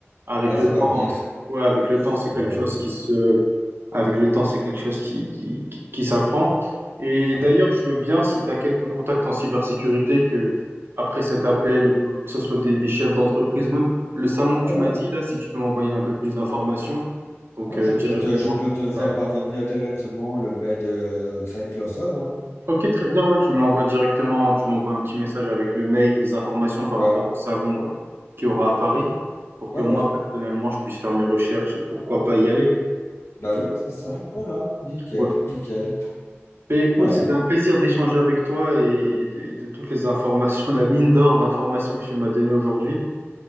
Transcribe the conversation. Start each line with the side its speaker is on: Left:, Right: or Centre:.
Right: avec
Left: là,
Right: le
Left: ça
Right: temps,
Left: va venir.
Right: c'est- ouais, avec le
Left: Ça
Right: temps, c'est quelque
Left: va venir.
Right: chose qui se, avec le temps, c'est quelque chose qui qui qui, qui s'apprend. Et
Left: Ouais,
Right: d'ailleurs, je veux bien, si tu as quelques contacts en cybersécurité, que après cet appel, que ce soit des, des chefs d'entreprise ou même le salon que
Left: ouais,
Right: tu
Left: ouais.
Right: m'as dit là, si tu peux m'envoyer un peu plus d'informations, donc
Left: Ouais,
Right: euh,
Left: je peux
Right: directement.
Left: te, je peux te faire
Right: ouais,
Left: parvenir directement le mail de euh, Craig Clausen. hein.
Right: Ok, très bien, ouais, tu me l'envoies directement, tu m'envoies un petit message avec le mail, les informations par
Left: Ouais,
Right: rapport au salon euh, qui aura à Paris, pour
Left: ouais,
Right: que moi,
Left: ouais.
Right: personnellement, je puisse faire mes recherches et pourquoi pas y aller.
Left: Bah oui, c'est ça. Voilà. Nickel,
Right: Ouais.
Left: nickel.
Right: Ben, écoute,
Left: Allez,
Right: c'est un plaisir d'échanger avec toi et, et de, et de toutes les informations, la mine d'or d'informations que tu m'as données aujourd'hui.